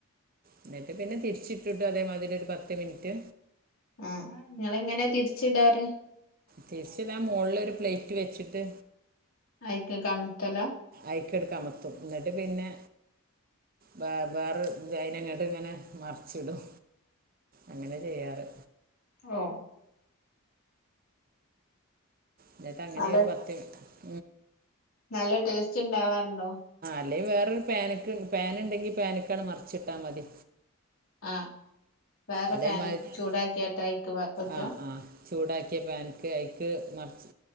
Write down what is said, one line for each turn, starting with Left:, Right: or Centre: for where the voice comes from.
Right: എന്നിട്ട് പിന്നെ തിരിച്ചിട്ടുണ്ട് അതേമാതിരി ഒരു പത്ത് മിൻറ്റ്
Left: ആഹ് നിങ്ങള് എങ്ങനെയാ തിരിച്ച് ഇടാറ്
Right: തിരിച്ചിടാൻ മോളിലൊരു പ്ലേറ്റ് വെച്ചിട്ട്
Left: അയ്ക്ക് കമത്തലാ
Right: അയ്ക്കെട് കമത്തും ന്നിട്ട് പിന്നെ വേ വേറെ ജൈനങ്ങട്ട് ഇങ്ങനെ മറിച്ചിടും അങ്ങനെ ചെയ്യാറ്
Left: ഓഹ്
Right: എന്നിട്ട് അങ്ങനെയു
Left: നല്ല
Right: ഒരു പത്ത് മിൻ
Left: നല്ല ടേസ്റ്റ് ഇണ്ടവാറുണ്ടോ
Right: അല്ലെങ്കി വേറൊരു പാനിക്ക് പാൻ ഇണ്ടെങ്കി പാന്ക്കട് മറിച്ചിട്ടാ മതി
Left: ആഹ് വേറെ
Right: അതേമാതി
Left: പാന് ചൂടാക്കിയാട്ട് അയ്ക്ക് വെക്ക്അ
Right: ആ ആ ചൂടാക്കിയ പാനിക്ക് അതിക്ക് മറിച്ച്